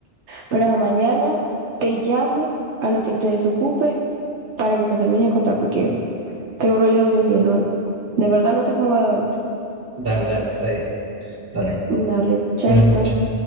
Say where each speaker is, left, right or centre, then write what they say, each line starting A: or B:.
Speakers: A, on the right; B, on the right.
A: Para mañana te llamo a lo que te desocupe para que me termines de contar, porque te brollo, Dios mío, no, de verdad no sé cómo voy a dormir.
B: Dale, dale, está bien. Dale.
A: Dale, chaito.
B: Buenas noches.